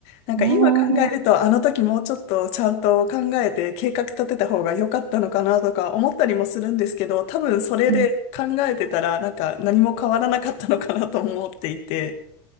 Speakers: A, on the left; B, on the right.
A: なんか今考えると、
B: ね
A: あの時もうちょっとちゃんと考えて計画立てた方が良かったのかなとか思ったりもするんですけど、多分それで考えてたら、
B: え。うん。
A: なんか何も変わらなかったのかなと思っていて。